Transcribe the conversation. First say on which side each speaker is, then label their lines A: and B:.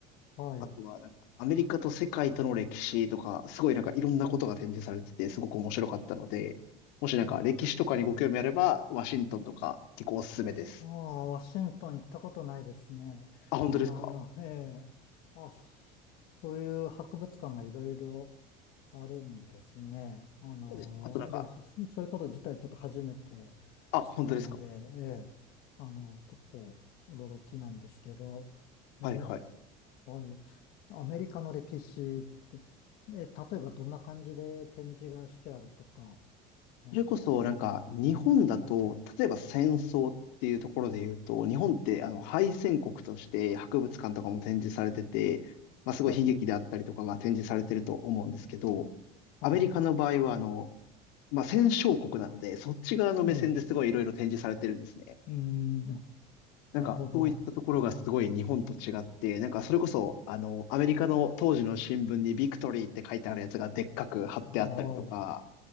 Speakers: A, on the left (about 55°); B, on the left (about 75°).
A: はい。
B: あとはなんかアメリカと世界との歴史とか、すごいなんかいろんなことが展示されてて、すごく面白かったので、もしなんか歴史とかにご興味あれば、ワシントンとか結構おすすめです。
A: ああ、ワシントン行ったことないですね。
B: あ、本当ですか
A: あの、ええ。あ、そそういう博物館がいろいろあるんですね。あのーいや、
B: そうです。あとなんか、
A: はそういうこと自体ちょっと初めて知ったので、
B: あ、本当ですか。
A: ええ、あのー結構驚きなんですけど、
B: はいはい。
A: ええ、はい。アメリカの歴史って、ええ、例えばどんな感じで展示がしてあるとか、なんか、
B: それこそ、なんか、日本だと、例えば戦争っていうところで言うと、日本って、あの、敗戦国として博物館とかも展示されてて、まあ、すごい悲劇であったりとかが展示されてると思うんですけど、
A: はい、
B: アメリカの場合は、
A: はい、
B: あの、まあ、戦勝国なので、そっち側の目線ですごいいろいろ展示されてるんですね。
A: ええ、うーん、
B: なんか、
A: なるほど。
B: そういったところがすごい日本と違って、
A: あ
B: なんか、それこそ、あの、アメリカの当時の新聞にビクトリーって書いてあるやつがでっかく貼ってあったりとか、
A: あ、